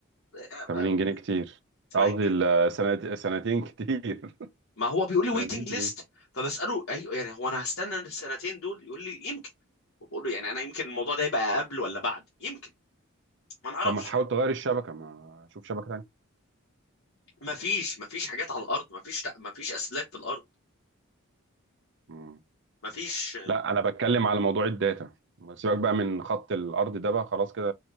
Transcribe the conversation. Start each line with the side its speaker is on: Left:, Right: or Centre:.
Left: آه، بقى
Right: 80 جنيه كتير
Left: 80
Right: قصدي
Left: جنيه
Right: ال- سنت- سنتين كتير <laughs>
Left: ما هو بيقول لي ويتنج
Right: سنتين كتير
Left: ليست فبساله ايوه يعني هو انا هستنى السنتين دول يقول لي يمكن وبقول له يعني انا يمكن الموضوع ده يبقى قبل ولا بعد يمكن ما نعرفش
Right: طب ما تحاول تغير الشبكة ما شوف شبكة تانية
Left: ما فيش ما فيش حاجات على الارض ما فيش ما فيش اسلاك في الارض
Right: مم.
Left: ما فيش
Right: لا انا بتكلم على موضوع الداتا سيبك بقى من خط الارض ده بقى خلاص كده